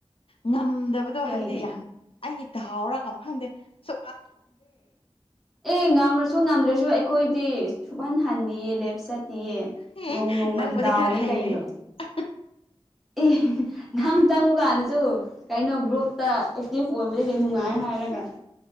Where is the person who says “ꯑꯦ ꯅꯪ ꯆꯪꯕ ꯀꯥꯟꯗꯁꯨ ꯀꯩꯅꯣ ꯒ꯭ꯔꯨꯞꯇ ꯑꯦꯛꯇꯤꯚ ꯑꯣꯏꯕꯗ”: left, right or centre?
Centre